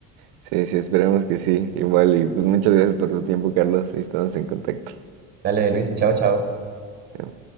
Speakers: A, on the right (about 80°); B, on the right (about 25°).
A: Sí, sí, esperemos que sí. Igual, y pues muchas gracias por tu tiempo, Carlos. Ahí estamos en contacto.
B: Dale, Luis, chao, chao.
A: Chao.